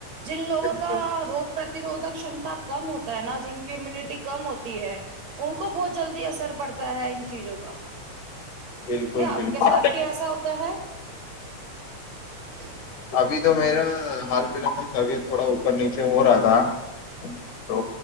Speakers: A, on the right (about 60°); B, on the left (about 85°).
A: جن لوگوں
B: بالکل
A: کا روگ پر پرتیروھک شمتا کم ہوتا ہے نا جن کی امیونٹی کم ہوتی ہے ان کو بہت جلدی اثر پڑتا ہے ان چیزوں کا
B: بالکل
A: کیا آپ
B: بالکل
A: کے ساتھ بھی ایسا ہوتا ہے ھم
B: ابھی تو میرا حال فی الحال میں طبیعت تھوڑا اوپر نیچے ہو رہا تھا تو